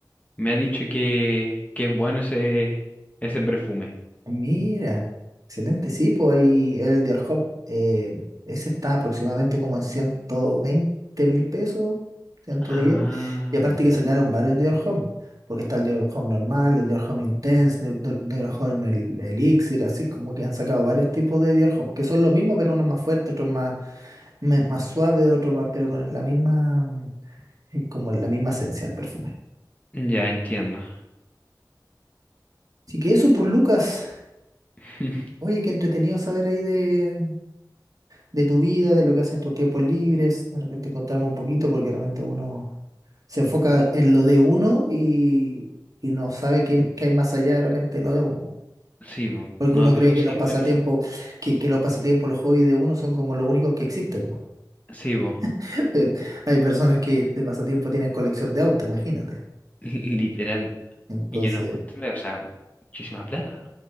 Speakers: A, on the left; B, on the right.
A: me ha dicho que, que es bueno ese, ese perfume.
B: Mira. Excelente. Sí, pues ahí el Dior Homme. eh, ese está aproximadamente como en 120 mil pesos, 110.
A: Ah,
B: Y aparte que sacaron varios Dior Homme. Porque está el Dior Homme normal, el Dior Homme Intense, el Dior Dior Homme el, Elixir, así como que han sacado varios tipos de Dior Homme, que son lo mismo, pero uno más fuerte, otro más me- más suave, otro más, pero con la misma, mm, eh, como la misma esencia del perfume.
A: ya entiendo.
B: Así que eso por Lucas.
A: <laughs>
B: Oye, qué entretenido saber ahí de, de tu vida, de lo que haces en tus tiempos libres. De repente contarme un poquito, porque realmente uno se enfoca en lo de uno y, y no sabe qué, qué hay más allá de repente de lo de uno. po.
A: Sí, vos.
B: Porque
A: No,
B: uno
A: pero
B: cree que
A: sí,
B: los pasatiempos,
A: buenísimo.
B: que, que los pasatiempos, los hobbies de uno son como los únicos que existen. po.
A: Sí, vos.
B: <laughs> Hay personas que de pasatiempo tienen colección de autos, imagínate.
A: <laughs> Literal.
B: Entonces,
A: Y yo no puedo entender, o sea, muchísima plata.